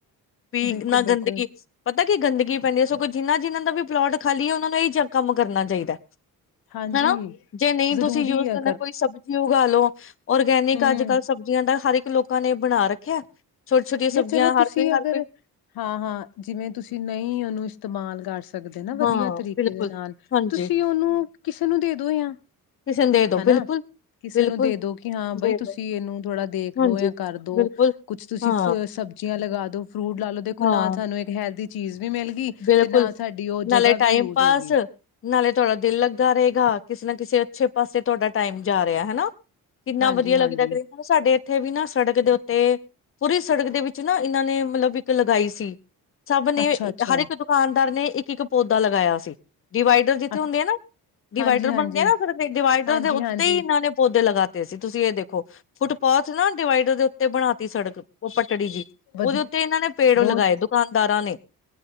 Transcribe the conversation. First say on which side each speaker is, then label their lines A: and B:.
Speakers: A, on the left (about 35°); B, on the left (about 75°).
A: ਪੀਗ
B: ਬਿਲਕੁਲ-ਬਿਲਕੁਲ
A: ਨਾ ਗੰਦਗੀ ਪਤਾ ਗੰਦਗੀ ਪੈਂਦੀ ਹੈ ਸਗੋਂ ਜਿੰਨਾ ਜਿੰਨਾ ਦਾ ਵੀ ਪਲੋਟ ਖਾਲੀ ਹੈ ਉਹਨਾਂ ਨੂੰ ਇਹੀ ਜਿਆ ਕੰਮ ਕਰਨਾ ਚਾਹੀਦਾ
B: ਹਾਂਜੀ
A: ਹਨਾ ਜੇ ਨਹੀਂ
B: ਜ਼ਰੂਰੀ
A: ਤੁਸੀਂ ਯੂਜ
B: ਆ
A: ਕਰਨਾ ਕੋਈ ਸਬਜ਼ੀ ਉਗਾ ਲੋ ਔਰਗੈਨਿਕ
B: ਹੂੰ
A: ਅੱਜ ਕੱਲ੍ਹ ਸਬਜ਼ੀਆਂ ਦਾ ਹਰ ਇੱਕ ਲੋਕਾਂ ਨੇ ਬਣਾ ਰੱਖਿਆ ਛੋਟੀ ਛੋਟੀਆਂ ਸਬਜ਼ੀਆਂ
B: ਯਾਰ ਚਲੋ
A: ਹਰ
B: ਤੁਸੀਂ
A: ਕੋਈ
B: ਅਗਰ
A: ਹਰ ਕੋਈ
B: ਹਾਂ ਹਾਂ ਜਿਵੇਂ ਤੁਸੀਂ ਨਹੀਂ ਉਹਨੂੰ ਇਸਤੇਮਾਲ ਕਰ ਸਕ ਸਕਦੇ ਨਾ ਵਧੀਆ
A: ਹਾਂ
B: ਤਰੀਕੇ
A: ਬਿਲਕੁਲ
B: ਦੇ ਨਾਲ
A: ਹਾਂਜੀ
B: ਤੁਸੀਂ ਉਹਨੂੰ ਕਿਸੇ ਨੂੰ ਦੇ ਦੋ ਜਾਂ
A: ਕਿਸੇ ਨੂੰ ਦੇ ਦੋ
B: ਹਨਾ
A: ਬਿਲਕੁਲ
B: ਕਿਸੇ
A: ਬਿਲਕੁਲ
B: ਨੂੰ ਦੇ ਦੋ ਕਿ ਹਾਂ ਬਾਈ
A: ਦੇ
B: ਤੁਸੀਂ
A: ਦੋ
B: ਇਹਨੂੰ ਥੋੜਾ ਦੇਖ
A: ਹਾਂਜੀ
B: ਲਓ ਜਾਂ ਕਰਦੋ
A: ਬਿਲਕੁਲ
B: ਕੁਛ ਤੁਸੀਂ
A: ਹਾਂ
B: ਫਿਰ ਸਬਜ਼ੀਆਂ ਲਗਾ ਦੋ ਫਰੂਟ ਲਾ ਲੋ ਦੇਖੋ
A: ਹਾਂ
B: ਨਾਲ ਸਾਨੂੰ ਇੱਕ ਹੈਲਦੀ ਚੀਜ਼ ਵੀ ਮਿਲ ਗਈ
A: ਬਿਲਕੁਲ
B: ਤੇ ਨਾਲ ਸਾਡੀ ਉਹ
A: ਨਾਲੇ
B: ਜਗ੍ਹਾ
A: ਟਾਈਮ
B: ਵੀ ਯੂਜ
A: ਪਾਸ
B: ਹੋ ਗਈ
A: ਨਾਲੇ ਥੋੜਾ ਦਿਲ ਲੱਗਾ ਰਹੇਗਾ ਕਿਸੇ ਨਾ ਕਿਸੇ ਅੱਛੇ ਪਾਸੇ ਤੁਹਾਡਾ ਟਾਈਮ ਜਾ ਰਿਹਾ ਹਨਾ ਕਿੰਨਾ
B: ਹਾਂਜੀ
A: ਵਧੀਆ
B: ਹਾਂਜੀ
A: ਲੱਗਦਾ ਕਰੀਬ ਸਾਡੇ ਉੱਥੇ ਵੀ ਨਾ ਸੜਕ ਦੇ ਉੱਤੇ ਪੂਰੀ ਸੜਕ ਦੇ ਵਿੱਚ ਨਾ ਇਹਨਾਂ ਨੇ ਮਤਲਬ ਇੱਕ ਲਗਾਈ ਸੀ ਸਭ ਨੇ
B: ਅੱਛਾ ਅੱਛਾ
A: ਹਰ ਇੱਕ ਦੁਕਾਨਦਾਰ ਨੇ ਇੱਕ ਇੱਕ ਪੌਦਾ ਲਗਾਇਆ ਸੀ ਡਿਵਾਈਡਰ ਜਿੱਥੇ
B: ਅੱਛਾ
A: ਹੁੰਦੇ ਆ ਨਾ ਡਿਵਾਈਡਰ
B: ਹਾਂਜੀ
A: ਬਣਦੇ
B: ਹਾਂਜੀ
A: ਆ ਨਾ ਫਿਰ ਡਿਵਾਈਡਰ
B: ਹਾਂਜੀ
A: ਦੇ ਉੱਤੇ
B: ਹਾਂਜੀ
A: ਹੀ ਇਹਨਾਂ ਨੇ ਪੌਦੇ ਲਗਾ ਸੀ ਤੁਸੀਂ ਇਹ ਦੇਖੋ ਹਾਂ ਫੁਟ ਪਾਥ ਨਾ ਡਿਵਾਈਡਰ ਦੇ ਉੱਤੇ ਬਣਾ ਤੀ ਸੜਕ ਉਹ ਪਟੜੀ ਜੀ
B: ਵਧੀਆ
A: ਉਹਦੇ ਉੱਤੇ ਇਹਨਾਂ ਨੇ ਪੇੜ ਲਗਾਏ
B: ਬਹੁਤ
A: ਦੁਕਾਨਦਾਰਾਂ ਨੇ